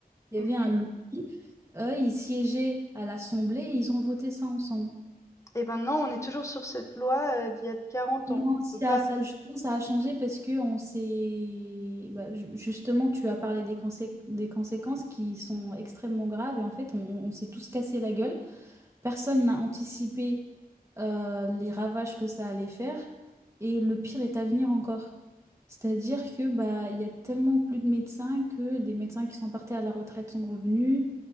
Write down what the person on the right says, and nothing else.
Il
y avait un lobby. Eux, ils siégeaient à l'Assemblée et ils ont voté ça ensemble.
Non,
ça,
ça, justement, ça a changé parce que on s'est... bah, ju- justement, tu as parlé des, consé- des conséquences qui sont extrêmement graves et en fait, on, on s'est tous cassé la gueule. Personne n'a anticipé euh, les ravages que ça allait faire et le pire est à venir encore. C'est-à-dire que bah, il y a tellement plus de médecins que les médecins qui sont partis à la retraite sont revenus.